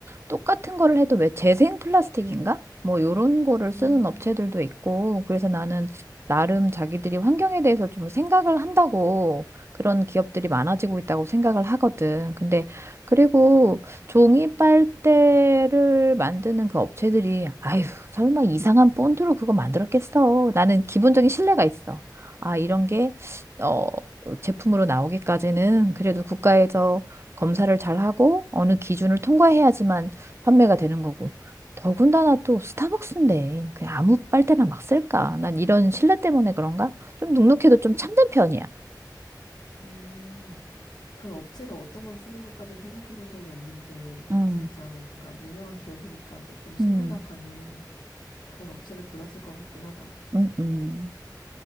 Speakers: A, on the right (about 35°); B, on the left (about 80°).
A: 똑같은 거를 해도 왜 재생 플라스틱인가? 뭐 요런 거를 쓰는
B: 음.
A: 업체들도 있고, 그래서 나는 나름 자기들이 환경에 대해서 좀 생각을 한다고 그런 기업들이 많아지고 있다고 생각을 하거든. 근데 그리고 종이 빨대를 만드는 그 업체들이 아휴, 설마 이상한 본드로 그거 만들었겠어. 나는 기본적인 신뢰가 있어. 아, 이런 게 어, 제품으로 나오기까지는 그래도 국가에서 검사를 잘 하고 어느 기준을 통과해야지만 판매가 되는 거고. 더군다나 또 스타벅스인데 그냥 아무 빨대나 막 쓸까? 난 이런 신뢰 때문에 그런가? 좀 눅눅해도 좀 참된 편이야.
B: 음. 그런 업체가 어떤 걸 쓰는 것까지는 생각해 본 적이 없는데,
A: 음,
B: 진짜 뭔가 유명한 기업이니까 조금 신뢰가
A: 음,
B: 가는 그런 업체를 골랐을 것 같긴 하다.
A: 음, 음,